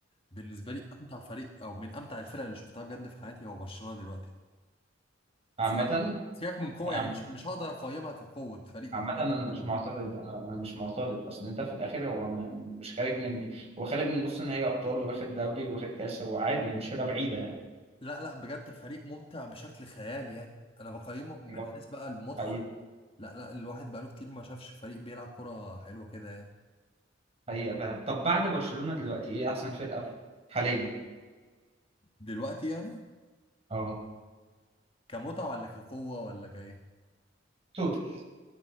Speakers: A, on the left; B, on the right.
A: بالنسبة لي أمتع فريق أو من أمتع الفرق اللي شفتها بجد في حياتي هو برشلونة دلوقتي
B: عامه
A: سيبك سيبك من قوة
B: عم-
A: يعني مش مش هقدر أقيمها كقوة فريق
B: عامه
A: مقارنة
B: انا
A: بدول
B: مش معترض انا انا مش معترض اصل انت في الاخر هو ما مش خارج من هو خارج من نص نهائي ابطال واخد دوري واخد كاس هو عادي يعني مش فرقه بعيده يعني
A: لا لا بجد فريق ممتع بشكل خيالي يعني أنا بقيمه من
B: اه،
A: حيث بقى المتعة
B: حقيقه
A: لا لا الواحد بقاله كتير ما شافش فريق بيلعب كرة حلوة كده يعني
B: حقيقه فعلا طب بعد برشلونه دلوقتي ايه احسن فرقه في- حاليا
A: دلوقتي يعني
B: اه
A: كمتعة ولا كقوة ولا كإيه؟
B: توتال